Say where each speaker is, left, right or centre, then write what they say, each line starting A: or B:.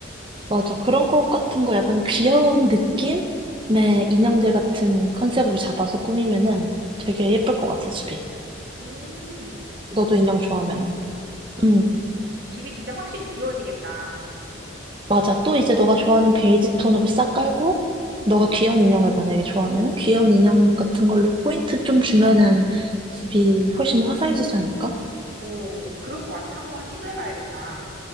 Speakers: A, on the right; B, on the right.
A: 맞아. 그런 것 같은 거 약간 귀여운 느낌의 인형들 같은 컨셉으로 잡아서 꾸미면은 되게 예쁠 것 같아, 집이.
B: 오 어,
A: 너도 인형 좋아하면은. 응,
B: 집이 진짜 확실히 귀여워지겠다.
A: 맞아. 또 이제 너가 좋아하는 베이지 톤으로 싹 깔고, 너가 귀여운 인형을 만약에 좋아하면은 귀여운 인형 같은 걸로 포인트 좀 주면은 집이 훨씬 화사해지지 않을까?
B: 어, 그럴 것 같아. 한번 시도해봐야겠다.